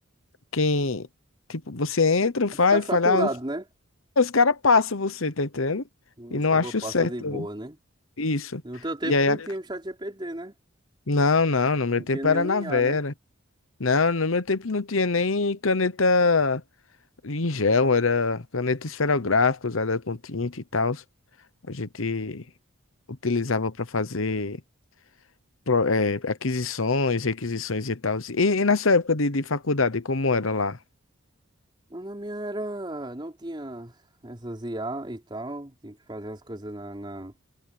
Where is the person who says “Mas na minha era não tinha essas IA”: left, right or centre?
Right